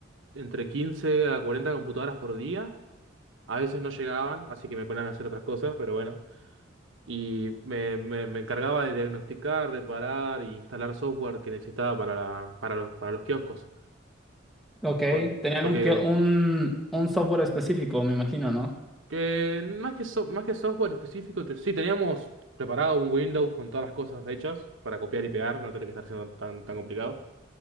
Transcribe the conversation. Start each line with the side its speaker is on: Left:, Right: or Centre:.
Right: entre 15 a 40 computadoras por día. A veces no llegaban, así que me ponían a hacer otras cosas, pero bueno. Y me, me- me encargaba de diagnosticar, reparar y instalar software que necesitaba para, la- para, los, para los kioscos.
Centre: Ok.
Right: Por-
Centre: Tenían
Right: porque
Centre: un, kio- un, un software específico, me imagino, ¿no?
Right: que más que, so- más que software específico, te- sí, teníamos preparado un Windows con todas las cosas hechas para copiar y pegar, no tener que estar siendo tan, tan complicado.